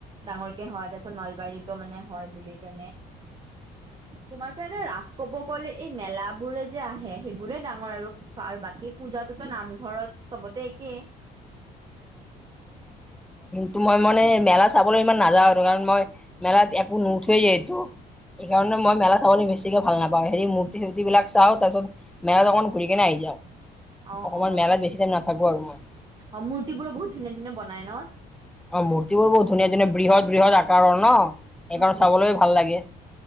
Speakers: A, on the right; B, in the centre.
A: ডাঙৰকে হয় তাৰ পিছত নলবাৰীতো মানে হয় বুলি কেনে তোমাৰতো এনে ৰাস ক'ব গ'লে এই মেলা বোৰে যে আহে সেইবোৰে ডাঙৰ আৰু আৰু বাকী পূজাতোত নামঘৰত চবতে একে।
B: টো মই মানে মেলা চাবলে ইমান নাযাওঁ আৰু কাৰণ মই মেলাত একো নুঠুয়ে যে এটো। সেইকাৰণে মই মেলা চাবলে বেছিকে ভাল নাপাওঁ হেৰি মূৰ্তি সূৰ্তি বিলাক চাওঁ। তাৰ পিছত মেলাত অকণ ঘূৰি কেনে আহি
A: অ
B: অসমত
A: অ
B: মেলাত বেছি টাইম নাথাকো আৰু মই।
A: অ মূৰ্তিবোৰ বহুত ধুনীয়া ধুনীয়া বনাই ন?
B: অ মূৰ্তি বোৰ বহু ধুনীয়া ধুনীয়া বৃহৎ বৃহৎ আকাৰৰ ন। এইকাৰণে
A: উম উম
B: চাবলৈও ভাল লাগে।